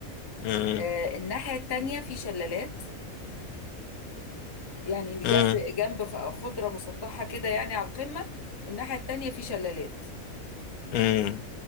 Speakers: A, on the left (about 80°); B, on the left (about 25°).
A: مم.
B: آه، الناحيه التانيه في شلالات يعني جنب
A: مم.
B: جنب خضرة مسطحة كده يعني على القمة والناحية التانية في شلالات
A: مم.